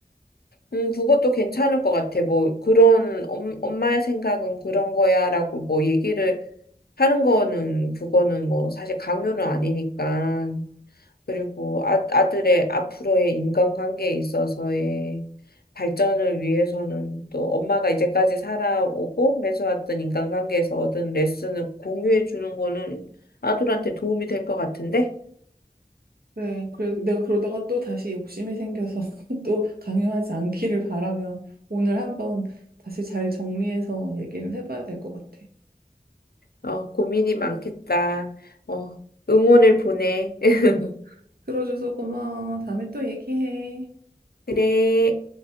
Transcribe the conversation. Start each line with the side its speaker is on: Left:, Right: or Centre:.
Left: 음, 그것도 괜찮을 것 같아. 뭐 그런 엄, 엄마의 생각은 그런 거야라고 뭐 얘기를 하는 거는 그거는 뭐 사실 강요는 아니니까. 그리고 아, 아들의 앞으로의 인간관계에 있어서의 발전을 위해서는 또 엄마가 이제까지 살아오고 맺어왔던 인간관계에서 얻은 레슨을 공유해 주는 거는 아들한테 도움이 될 것 같은데?
Right: 그래, 그래, 내가 그러다가 또 다시 욕심이 생겨서 <laughs> 또 강요하지 않기를 바라며 오늘 한번 다시 잘 정리해서 얘기를 해봐야 될 것 같아.
Left: 어, 고민이 많겠다. 어, 응원을 보내. <laughs>
Right: 어, 들어줘서 고마워. 다음에 또 얘기해.
Left: 그래.